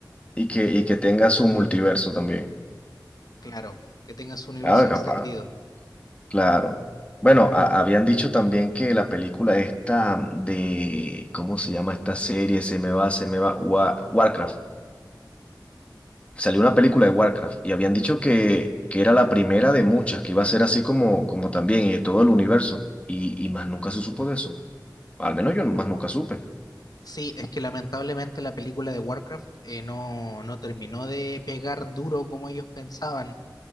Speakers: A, on the left; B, on the left.
A: Y que, y que tenga su multiverso también.
B: claro, que tenga su universo
A: Ah,
B: extendido.
A: capaz, claro. Bueno, a- habían dicho también que la película esta de, ¿cómo se llama esta serie? Se me va, se me va, Wa- Warcraft. Salió una película de Warcraft y habían dicho que, que era la primera de muchas, que iba a ser así como, como también y de todo el universo. Y, y más nunca se supo de eso. Al menos yo más nunca supe.
B: Sí, es que lamentablemente la película de Warcraft eh, no, no terminó de pegar duro como ellos pensaban.